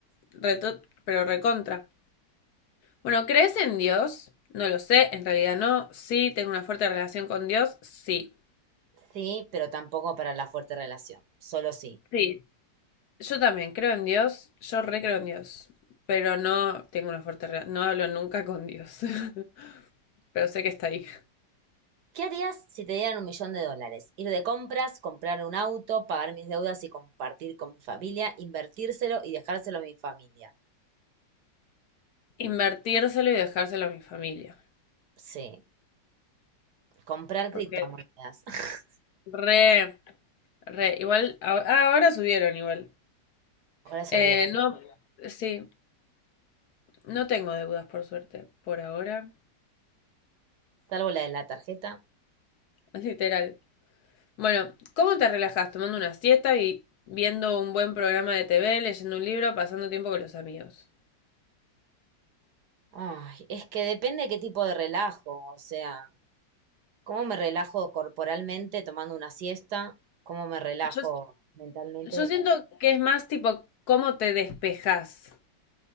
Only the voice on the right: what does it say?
Sí, pero tampoco para la fuerte relación, solo sí.
¿Qué harías si te dieran un millón de dólares? Ir de compras, comprar un auto, pagar mis deudas y compartir con mi familia, invertírselo y dejárselo a mi familia.
Sí, comprar
criptomonedas. <laughs>
Ahora subieron,
salvo la de la tarjeta.
Ay, es que depende qué tipo de relajo, o sea, cómo me relajo corporalmente tomando una siesta, cómo me relajo
mentalmente